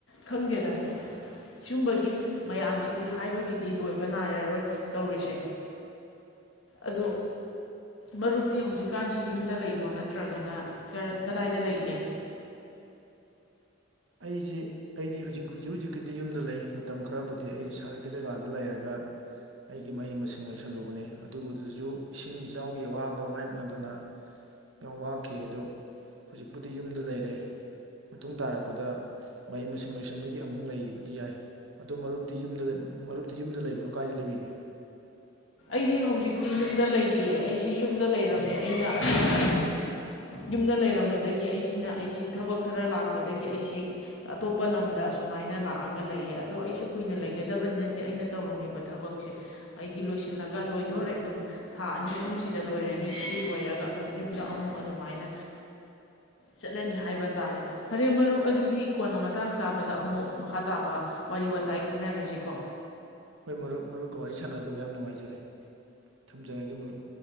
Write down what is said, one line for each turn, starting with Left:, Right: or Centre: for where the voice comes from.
Left: ꯈꯪꯗꯦꯗ ꯁꯤꯒꯨꯝꯕꯒꯤ ꯃꯌꯥꯝꯁꯤꯗꯤ ꯍꯥꯏꯕꯒꯤꯗꯤ ꯂꯣꯏꯕ ꯅꯥꯏꯔꯔꯣꯏ ꯇꯧꯔꯤꯁꯦ ꯑꯗꯣ ꯃꯔꯨꯞꯇꯤ ꯍꯧꯖꯤꯛꯀꯥꯟꯁꯤ ꯌꯨꯝꯗ ꯂꯩꯕꯣ ꯅꯠꯇ꯭ꯔꯒꯅ ꯀꯗꯥꯏꯗ ꯂꯩꯒꯦ
Right: ꯑꯩꯁꯤ ꯑꯩꯗꯤ ꯍꯧꯖꯤꯛ-ꯍꯧꯖꯤꯛ ꯍꯧꯖꯤꯛꯀꯤꯗꯤ ꯌꯨꯝꯗ ꯂꯩ ꯃꯇꯝ ꯈꯔꯕꯨꯗꯤ ꯑꯩ ꯁꯍꯔꯒꯤ ꯖꯒꯥꯗ ꯂꯩꯔꯒ ꯑꯩꯒꯤ ꯃꯍꯩ ꯃꯁꯤꯡ ꯂꯣꯏꯁꯜꯂꯨꯕꯅꯤ ꯑꯗꯨꯒꯤꯗꯁꯨ ꯏꯁꯤꯡ ꯏꯆꯥꯎꯒꯤ ꯑꯋꯥꯕ ꯃꯥꯏꯌꯣꯛꯅꯗꯅ ꯌꯥꯝ ꯋꯥꯈꯤ ꯑꯗꯣ ꯍꯧꯖꯤꯛꯄꯨꯗꯤ ꯌꯨꯝꯗ ꯂꯩꯔꯦ ꯃꯇꯨꯡ ꯇꯥꯔꯛ ꯄꯗ ꯃꯍꯩ ꯃꯁꯤꯡ ꯂꯣꯏꯁꯟꯕꯒꯤ ꯑꯃꯨꯛ ꯂꯩꯒꯤꯕꯗꯤ ꯌꯥꯏ ꯑꯗꯨ ꯃꯔꯨꯞꯇꯤ ꯌꯨꯝꯗ ꯂꯩ ꯃꯔꯨꯞꯇꯤ ꯌꯨꯝꯗ ꯂꯩꯕ꯭ꯔꯣ ꯀꯥꯏꯗ ꯂꯩꯕꯤꯒꯦ?
Left: ꯑꯩꯗꯤ ꯍꯧꯖꯤꯛꯇꯤ ꯌꯨꯝꯗ ꯂꯩꯇꯤꯌꯦ ꯑꯩꯁꯤ ꯌꯨꯝꯗ ꯂꯩꯔꯝꯃꯦ ꯑꯩꯅ ꯑꯗꯨꯒ ꯌꯨꯝꯗ ꯂꯩꯔꯝꯕꯗꯒꯤ ꯑꯩꯁꯤꯅ ꯑꯩꯁꯤ ꯊꯕꯛ ꯈꯔ ꯂꯥꯛꯄꯗꯒꯤ ꯑꯩꯁꯤ ꯑꯇꯣꯞꯄ ꯂꯝꯗ ꯑꯁꯨꯃꯥꯏꯅ ꯂꯥꯛꯑꯒ ꯂꯩꯌꯦ ꯑꯗꯣ ꯑꯩꯁꯨ ꯀꯨꯏꯅ ꯂꯩꯒꯗꯕ ꯅꯠꯇꯦ ꯑꯩꯅ ꯇꯧꯔꯝꯃꯤꯕ ꯊꯕꯛꯁꯦ ꯑꯩꯗꯤ ꯂꯣꯏꯁꯤꯜꯂꯛ ꯒ ꯂꯣꯏꯗꯣꯔꯦ ꯑꯗꯨꯝ ꯊꯥ ꯑꯅꯤ-ꯑꯍꯨꯝꯁꯤꯗ ꯂꯣꯏꯔꯅꯤ ꯑꯁꯤ ꯂꯣꯏꯔꯒ ꯑꯗꯨꯝ ꯌꯨꯝꯗ ꯑꯃꯨꯛ ꯑꯗꯨꯃꯥꯏꯅ ꯆꯠꯂꯅꯤ ꯍꯥꯏꯕ ꯇꯥꯔꯦ ꯐꯔꯦ ꯃꯔꯨꯞ ꯑꯗꯨꯗꯤ ꯀꯣꯟꯅ ꯃꯇꯥꯡ ꯆꯥꯕꯗ ꯑꯃꯨꯛ ꯃꯈꯥ ꯇꯥꯕ ꯋꯥꯔꯤ ꯋꯥꯇꯥꯏ ꯈꯟꯅꯔꯁꯤꯀꯣ꯫
Right: ꯍꯣꯏ ꯃꯔꯨꯞ ꯃꯔꯨꯞꯀ ꯋꯥꯔꯤ ꯁꯥꯟꯅꯖꯕ ꯌꯥꯝ ꯅꯨꯡꯉꯥꯏꯖꯔꯦ ꯊꯝꯖꯔꯒꯦ ꯃꯔꯨꯞ꯫